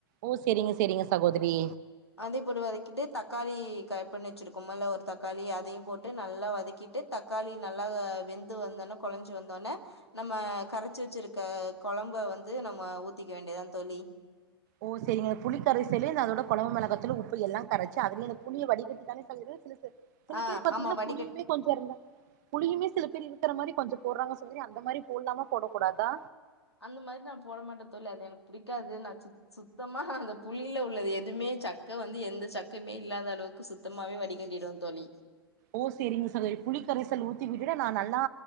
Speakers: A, on the right (about 45°); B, on the left (about 85°).
A: ஓ சரிங்க சரிங்க சகோதரி
B: அதே போட்டு வதக்கிட்டு தக்காளி கட் பண்ணி வச்சிருக்கோமல்ல ஒரு தக்காளி அதையும் போட்டு நல்லா வதக்கி ட்டு தக்காளி நல்லா வெந்து வந்தோன்னே குலைஞ்சி வந்தோனே நம்ம கரைச்சு வச்சிருக்க குழம்ப வந்து நம்ம ஊத்திக்க வேண்டியதா தோழி
A: ஓ சரி அந்த புளி கரைசல்லு இந்த அதோட குழம்ப மிளகத்துள் உப்பு எல்லாம் கரைச்சு அதுலயும்ந்த புளிய வடிகட்டு தானே செய்ய சில
B: ஆ
A: பேர் பாத்தீங்கன்னா
B: ஆமா வடிகட்டி
A: புளியுமே கொஞ்சம் இருந்தா புளியுமே சிலர் இருக்கிற மாதிரி கொஞ்சம் போடுராங்க தோழி அந்த மாதிரி போடலாம போடக்க கூடாதா
B: அந்த மாதிரி நா போட மாட்டே தோழி அது எனக்கு புடிக்காதுன் சுத்தமாக அந்த புளில உள்ளது எதுவுமே சக்க வந்து எந்த சக்கமே இல்லாத அளவுக்கு சுத்த மாவே வடிக்கட்டிடுவ தோழி
A: ஓ சரிங்க சகோதரி புளிக்கரைசல் ஊத்தி விட்டுட்டு நா நல்லா